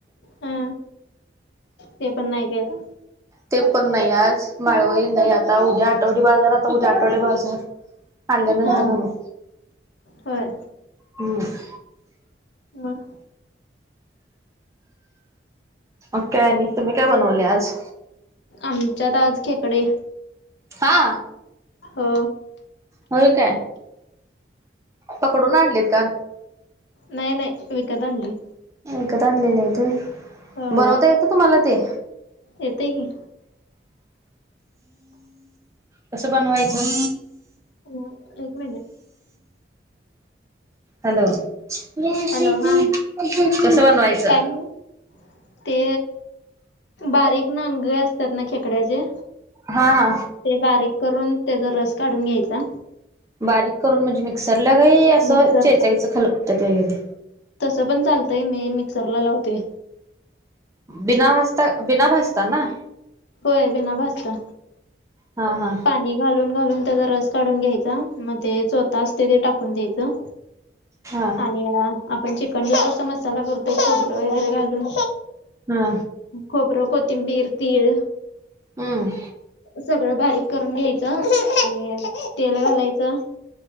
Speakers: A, on the left; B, on the right.
A: हा ते पण नाही काय आता?
B: ते पण नाही आज. माळवई नाही आता. उद्या आठवडी बाजार आता उद्या आठवडे बाजार. आल्यानंतरण
A: हा हा
B: मग,
A: होय
B: ह.
A: मग
B: मग काय आणि, तुम्ही काय बनवले आज?
A: आमच्यात आज खेकडे.
B: हा.
A: हो.
B: होय काय, पकडून आणलेत का?
A: नाही नाही विकत आणली.
B: विकत आणलेले आहेत व्हय.
A: होय
B: बनवता येत तुम्हाला ते?
A: येतय की.
B: कस बनवायचं?
A: हम्म, एक मिनिट
B: हॅलो. <unintelligible>
A: हॅलो हा
B: कस बनवायचं?
A: काय म्हण ते बारीक ना अंगे असतात ना खेकड्याचे
B: हा हा.
A: ते बारीक करून, त्याचा रस काढून घ्यायचा.
B: बारीक करून म्हणजे मिक्सरला काय, असं
A: मिक्सरला
B: चेचाईचं खलबत्यात वगैरे?
A: तसं पण चालतंय मी मिक्सरला लावते.
B: बिना भाजता बिना भाजता ना?
A: होय बिना भजता.
B: हा हा
A: पानी घालून घालून त्याचा रस काढून घ्यायचा. मग ते चोता असते ते टाकून द्यायचं.
B: हा.
A: आणि आपण चिकनला कसा मसाला करतोय खोबर वगैरे घालून.
B: हा.
A: गबर कोथिंबीर तीळ.
B: हम्म!
A: सगळं बारीक करून घ्यायचं आणि तेल घालायचं.